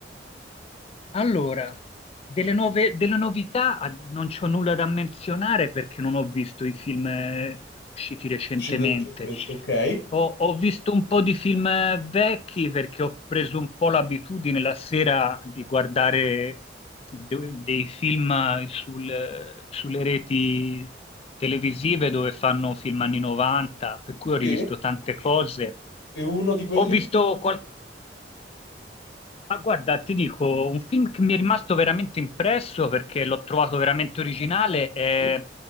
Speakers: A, on the left; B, on the left.
A: Allora, delle nuove- delle novità ah, non c'ho nulla da menzionare perché non ho visto i film eh, usciti recentemente.
B: Usciti recentemente. Ok,
A: Ho, ho visto un po' di film eh, vecchi perché ho preso un po' l'abitudine la sera di guardare de- dei film eh, sul- eh, sulle reti televisive dove fanno film anni 90, per cui ho rivisto
B: sì,
A: tante cose.
B: è uno di quelli?
A: Ho visto ma guarda, ti dico, un film che mi è rimasto veramente impresso perché l'ho trovato veramente originale è
B: Sì.